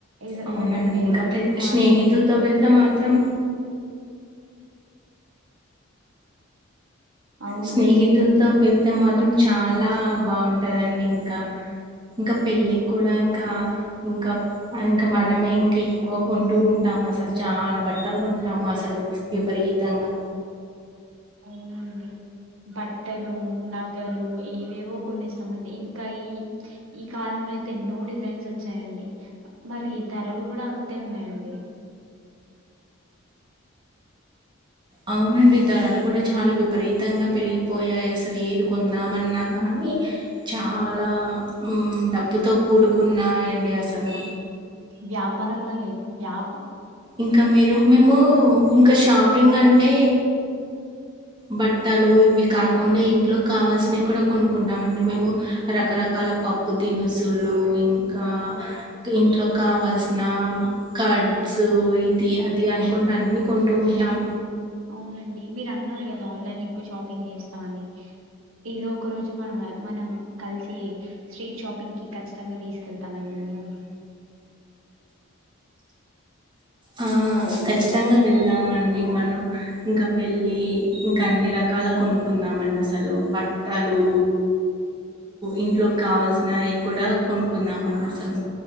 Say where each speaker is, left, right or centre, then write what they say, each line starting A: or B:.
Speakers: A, on the right; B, on the right.
A: ఏదో
B: అవునండి
A: ఎవరిదన్నా పెళ్ళి
B: ఇంకా
A: ఉంటే మాత్రం
B: స్నేహితులతో వెళ్తాం మాత్రం
A: అవునండి
B: స్నేహితులతో
A: స్నేహితులు
B: వెళ్తే మాత్రం చాలా బాగుంటదండి ఇంకా ఇంకా పెళ్ళికి కూడా ఇంకా ఇంకా ఇంకా మనమే ఇంకా ఎక్కువ కొంటూ ఉంటాము అసలు చాలా బట్టలు కొంటాము అసలు విపరీతంగా
A: అవునండి బట్టలు నగా గలు ఏవేవో కొన్ని ఇస్తామండి ఇంకా ఈ ఈ కాలంలో అయితే ఎన్నో డిజైన్స్ వచ్చాయండి మరి ధరలు కూడా అంతే ఉన్నాయండి
B: అవునండి ధరలు కూడా చాలా విపరీతంగా పెరిగిపోయాయి అసలు ఏది కొందామన్నా కానీ చాలా డబ్బుతో కూడుకున్నాయండి అసలు
A: వ్యాపారంగాలు వ్యా
B: ఇంకా మీరు మేము ఇంకా షాపింగ్ అంటే బట్టలు ఇవి కాకుండా ఇంట్లో కావల్సినవి కూడా కొనుకుంటామ అండి మేము రకరకాల పప్పు దినుసులు ఇంకా ఇంట్లో కావల్సిన క స్ ఇది అది అనుకుంటా అన్ని కొంటూ ఉంటాం
A: అవునండి మీరు అన్నారు కదా ఆన్లైన్లో ఎక్కువ షాపింగ్ చేస్తా అని ఏదో ఒక రోజు మనం మనం కలిసి స్ట్రీట్ షాపింగ్కి ఖచ్చితంగా తీసుకెళ్తామండి మిమ్మల్ని
B: ఆ ఖచ్చితంగా వెళ్దాం అండి మనం ఇంకా వెళ్ళి ఇంకా అన్ని రకాల కొనుకుందాంండి అసలు బట్టలు ఇంట్లోకి కావాల్సినవి కూడా కొనుక్కుందాంండి అసలు